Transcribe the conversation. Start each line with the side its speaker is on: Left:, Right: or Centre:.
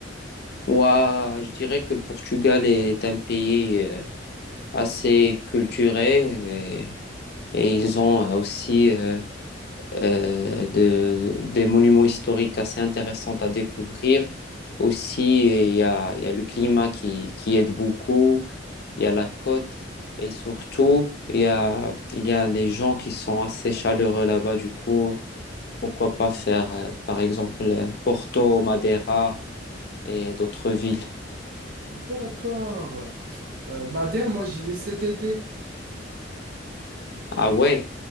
Left: Moi, je dirais que le Portugal est un pays euh, assez culturé et, et ils ont euh, aussi... euh, euh, de- des monuments historiques assez intéressants à découvrir. Aussi, il y a, il y a le climat qui, qui aide beaucoup, il y a la côte et surtout, il y a, il y a les gens qui sont assez chaleureux là-bas. Du coup, pourquoi pas faire, euh, par exemple, euh, Porto, Madeira et d'autres villes.
Right: D'accord. Euh, Madère, moi, j'y vais cet été.
Left: Ah
Right: Donc,
Left: ouais,